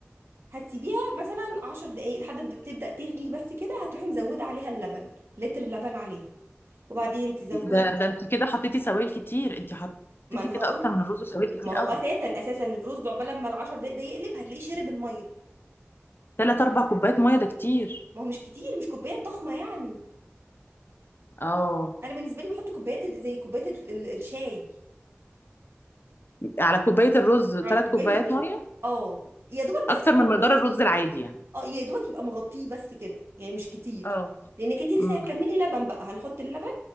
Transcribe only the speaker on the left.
ده ده انت كده حطيتي سوائل كتير انت حطيتي
كده
اكتر من الرز سوائل كتير
قوي
ثلاث اربع كوبايات ميه ده كتير
اه
على كوباية الرز ثلاث
كوبايات
مية
أكتر
من مقدار
الرز العادي يعني
اه
امم